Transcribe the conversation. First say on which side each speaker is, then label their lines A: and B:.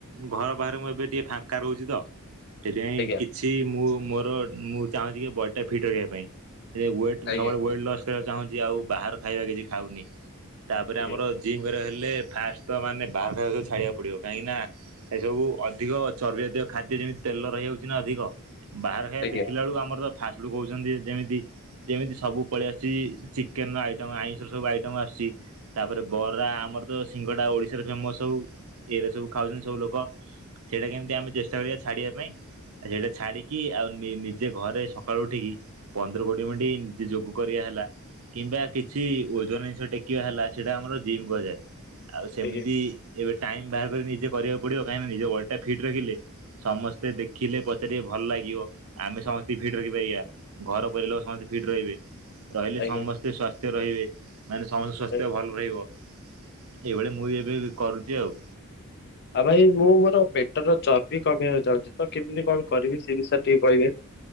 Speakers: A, on the right; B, on the left.
A: ଘର ବାହାରେ ମୁଁ ଏବେ ଟିକିଏ ଫାଙ୍କା ରହୁଛି ତ ସେଥିପାଇଁ
B: ଆଜ୍ଞା
A: କି ଛି ମୁଁ ମୋର ମୁଁ ଚାହୁଁଛି କି ବଡ଼ିଟା ଫିଟ୍ ରଖିବା ପାଇଁ ସେଥିପାଇଁ ୱେଟ୍
B: ଆଜ୍ଞା
A: ସବୁବେଳେ ୱେଟ୍ ଲସ୍ କରିବାକୁ ଚାହୁଁଛି ଆଉ ବାହାର ଖାଇବା କିଛି ଖାଉନି। ତାପରେ
B: ଆଜ୍ଞା
A: ଆମର ଜିମ୍ କରିବାକୁ ହେଲେ ଫାଷ୍ଟ ତ ମାନେ ବାହାର ଖାଇବାକୁ ସବୁ ଛାଡ଼ିବାକୁ ପଡ଼ିବ କାହିଁକି ନା ସେସବୁ ଅଧିକ ଚର୍ବି ଜାତୀୟ ଖାଦ୍ୟ ଯେମିତି ତେଲ ରହିଯାଉଛି ନା ଅଧିକ ବାହାର ଖାଇବା
B: ଆଜ୍ଞା
A: ଦେଖିଲା ବେଳକୁ ଆମର ତ ଫାଷ୍ଟ ଫୁଡ କହୁଛନ୍ତି ଯେମିତି ଯେମିତି ସବୁ ପଳେଇ ଆସିଛି ଚିକେନ ର ଆଇଟମ ଆଇଁଷ ର ସବୁ ଆଇଟମ ଆସୁ ତାପରେ ବରା ଆମର ତ ସିଙ୍ଗଡା ଓଡିଶାରେ ଫେମସ ହଉ ଏଇରା ସବୁ ଖାଉଛନ୍ତି ସବୁ ଲୋକ ସେଇରା କେମିତି ଆମେ ଚେଷ୍ଟା କରିବା ଛାଡିବା ପାଇଁ। ଆ ସେଇଟା ଛାଡିକି ଆଉ ନି ନିଜେ ଘରେ ସକାଳୁ ଉଠିକି ପନ୍ଦର କୋଡି ମିନଟ ନିଜେ ଯୋଗ କରିବା ହେଲା କିମ୍ବା କିଛି ଓଜନ ଜିନିଷ ଟେ କିବା ହେଲା ସେଇଟା ଆମର ଜିମ୍ କୁହାଯାଏ ଆଉ ସେମିତି
B: ଆଜ୍ଞା
A: ଏବେ ଟାଇମ ବାହାର କରି ନିଜେ କରିବାକୁ ପଡିବ କାହିଁକି ନା ନିଜ ବଡିଟା ଫିଟ ରଖିଲେ ସମସ୍ତେ ଦେଖିଲେ ପଚାରିବେ ଭଲ ଲାଗିବ ଆମେ ସମସ୍ତି ଙ୍କି ଫିଟ ରଖିପାରିବା। ଘର ପରିବାର ଲୋକ ସମସ୍ତେ ଫିଟ ରହିବେ ରହିଲେ
B: ଆଜ୍ଞା
A: ସମସ୍ତେ ସ୍ଵାସ୍ଥ୍ୟ ରହିବେ। ମାନେ ସମସ୍ତଙ୍କ ସ୍ୱାସ୍ଥ୍ୟ
B: ଆଜ୍ଞା।
A: ଭଲ ରହିବ ଏଇଭଳି ମୁଁ ଏବେ ବି କରୁଛି ଆଉ
B: ଆଉ ଭାଇ ମୁଁ ମୋର ପେଟର ଚର୍ବି କମେଇିବାକୁ ଚାହୁଛି ତ କେମିତି କଣ କରିବି ସେ ବିଷୟରେ ଟିକେ କହିବେ?